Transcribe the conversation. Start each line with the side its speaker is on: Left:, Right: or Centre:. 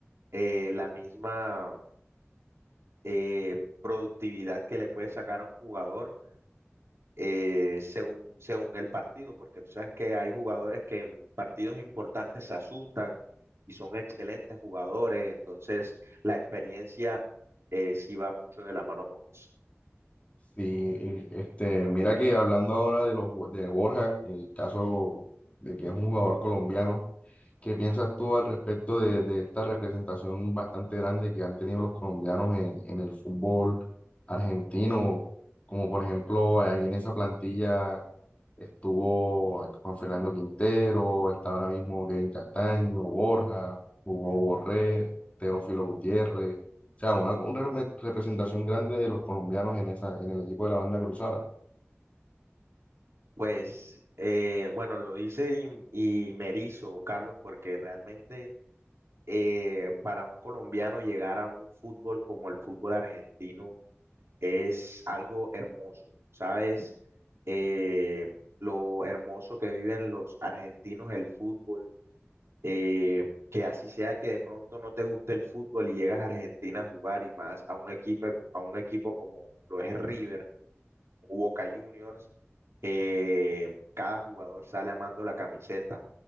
Right: eh, la misma eh, productividad que le puede sacar a un jugador eh, según, según el partido, porque tú sabes que hay jugadores que en partidos importantes se asustan y son excelentes jugadores, entonces la experiencia eh, sí va mucho de la mano con eso.
Left: Sí, y, este, mira que hablando ahora de los ju- de Borja, el caso de que es un jugador colombiano, ¿qué piensas tú al respecto de, de esta representación bastante grande que han tenido los colombianos en, en el fútbol argentino? Como por ejemplo, ahí en esa plantilla Estuvo Juan Fernando Quintero, está ahora mismo Kevin Castaño, Borja, Hugo Borré, Teófilo Gutiérrez. O sea, una, una re- representación grande de los colombianos en esa, en el equipo de la banda cruzada.
Right: Pues eh, bueno, lo dice y, y me erizo, Carlos, porque realmente eh, para un colombiano llegar a un fútbol como el fútbol argentino, es algo hermoso, ¿sabes? Eh, lo hermoso que viven los argentinos el fútbol, eh, que así sea que de pronto no te guste el fútbol y llegas a Argentina a jugar y más a un equipo, a un equipo como lo es River o Boca Juniors, eh, cada jugador sale amando la camiseta.